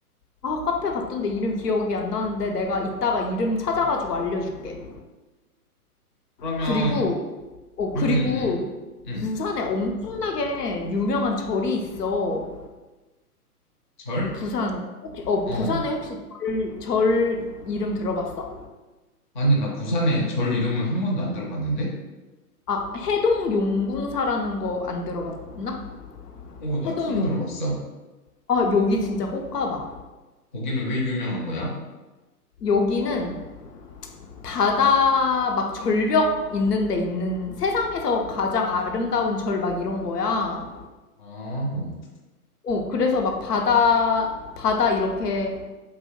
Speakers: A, on the left (about 80°); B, on the left (about 35°).
A: 아, 카페 갔던데 이름 기억이 안 나는데 내가 이따가 이름 찾아가지고 알려줄게.
B: 그러면
A: 그리고, 어, 그리고
B: 응, 응, 응, 응.
A: 부산에 엄청나게 유명한 절이 있어.
B: 절?
A: 부산에. 혹시, 어,
B: 어.
A: 부산에 혹시 절, 절 이름 들어봤어?
B: 아니, 나 부산에 절 이름은 한 번도 안 들어봤는데?
A: 아, 해동 용궁사라는 거 안 들어봤나?
B: 오, 나
A: 해동
B: 처음
A: 용,
B: 들어봤어.
A: 아, 여기 진짜 꼭 가봐.
B: 거기는 왜 유명한 거야?
A: 여기는 바다 막 절벽 있는 데 있는 세상에서 가장 아름다운 절 막 이런 거야.
B: 아, 응,
A: 어, 그래서 막 바다, 바다 이렇게